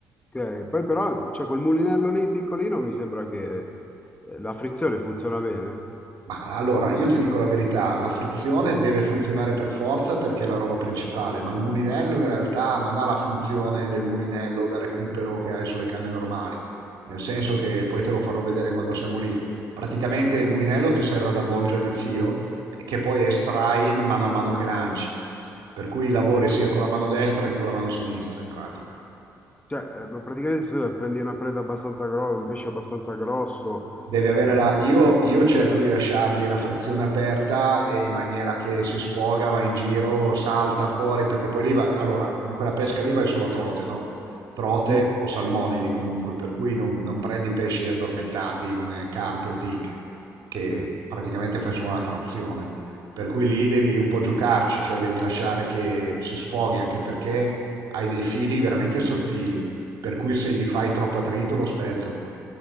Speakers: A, on the left (about 20°); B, on the right (about 65°).
A: ok. Poi però c'è quel mulinello lì piccolino, mi sembra che eh, la frizione funziona bene.
B: Ma allora, io ti dico la verità, la frizione deve funzionare per forza perché è la roba principale, ma il mulinello in realtà non ha la funzione del mulinello da recupero che hai sulle canne normali, nel senso che poi te lo farò vedere quando siamo lì. Praticamente il mulinello ti serve ad avvolgere il filo eh, che poi estrai mano a mano che lanci, per cui lavori sia con la mano destra che con la mano sinistra in pratica.
A: Cioè, eh, praticamente si deve prendi una preda abbastanza grossa, un pesce abbastanza grosso.
B: Devi avere
A: eh,
B: la... Io, io cerco di lasciargli la frizione aperta e in maniera che si sfoga, va in giro, salta fuori, perché poi lì va... Allora, in quella pesca lì vai solo a trote, no? Trote
A: Mm.
B: o salmonidi comunque, per cui non, non prendi pesci addormentati come carpe o tinche, che
A: sì.
B: praticamente fai solo una trazione. Per cui lì devi un po' giocarci, cioè devi lasciare che si sfoghi, anche perché hai dei fili veramente sottili, per cui se gli fai troppo attrito lo spezzano.